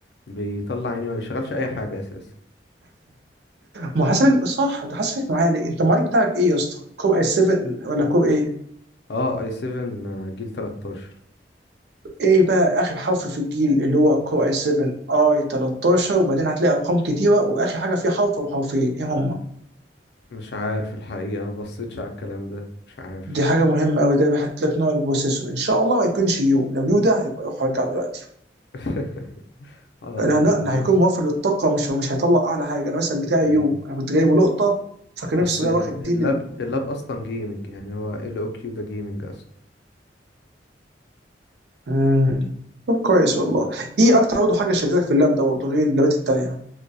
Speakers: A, on the left (about 65°); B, on the right (about 65°).
A: بيطلع عيني ما بيشغلش أي حاجة أساسا
B: محاسب صح انت حاسبك معالي انت المعالج بتاعك ايه يا اسطى كور اي 7 ولا كور ايه
A: اه اي 7 جيل 13
B: ايه بقى اخر حرف في الجيل اللي هو كور اي 7 اي 13 وبعدين هتلاقي ارقام كتيره واخر حاجه فيه حرف او حرفين ايه هم
A: مش عارف الحقيقة ما بصيتش على الكلام ده مش عارف
B: دي حاجه مهمه قوي ده بيحط لك نوع البروسيسور ان شاء الله ما يكونش يو لو يو ده هيبقى روح رجعه دلوقتي
A: <laughs> اقدر
B: لا لا
A: ابقى
B: أنا
A: بص
B: هيكون موفر للطاقه مش مش هيطلع اعلى حاجه انا مثلا بتاعي
A: ايوه
B: يوم انا كنت جايبه لقطه فكان
A: بس
B: نفسي بقى واخد
A: اللاب
B: دي لل
A: اللاب اصلا جيمنج يعني هو ال او كيو ده جيمنج
B: مم. طب كويس والله ايه اكتر برضه حاجه شدتك في اللاب ده برضه غير اللابات التانيه